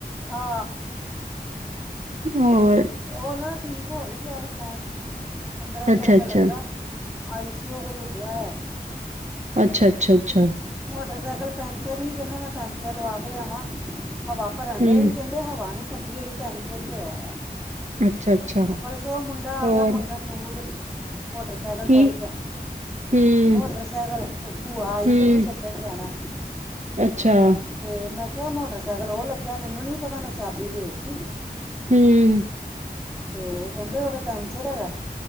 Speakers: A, in the centre; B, on the right (about 45°).
A: ਆ
B: ਹੋਰ
A: ਉਹਨਾਂ ਦਾ ਠੀਕ ਹੋ ਵੀ ਗਿਆ ਸੀ ਫੋਨ ਪੰਦਰਾਂ ਸੌ
B: ਅੱਛਾ
A: ਰੁਪਏ
B: ਅੱਛਾ
A: ਲੱਗਾ ਆਈਸਸੀਓ ਓਹੀਓ ਉੱਡਿਆ ਆ
B: ਅੱਛਾ ਅੱਛਾ ਅੱਛਾ
A: ਮੋਟਰਸਾਈਕਲ ਪੈਂਚਰ ਹੀ ਕਹਿੰਦੇ ਮੈਂ ਪੈਂਚਰ ਲਵਾ ਕੇ ਲਿਆਵਾਂ ਹਵਾ ਭਰਨ
B: ਹਮ
A: ਡੇ ਸੀ ਕਹਿੰਦੇ ਹਵਾ ਨੀ ਫੱਟੀ ਹੋਈ ਪੈਂਚਰ ਹੀ ਹੋਇਆ ਹੈ
B: ਅੱਛਾ ਅੱਛਾ
A: ਪਰਸੋਂ ਮੁੰਡਾ
B: ਹੋਰ
A: ਆ ਗਿਆ ਮੰਗਨ ਨੂਰ ਮੋਟਰ ਸੈਕਲ
B: ਕੀ
A: ਚਾਹੀਦਾ
B: ਹਮ
A: ਮੋਟਰ ਸੈਕਲ ਭੂਆ ਆਈ
B: ਹਮ
A: ਤੇ ਉਹਨੂੰ ਛੱਡਣ ਚਣਾਾ
B: ਅੱਛਾ
A: ਅਤੇ ਮੈਂ ਕਿਹਾ ਮੋਟਰਸਾਈਕਲ ਉਹ ਲੱਗਾ ਮੈਨੂੰ ਨਹੀਂ ਪਤਾ ਮੈਂ ਚਾਬੀ ਦੇ ਦਿੱਤੀ
B: ਹਮ
A: ਤੇ ਕਹਿੰਦੇ ਉਹ ਤੇ ਪੈਂਚਰ ਹੈਗਾ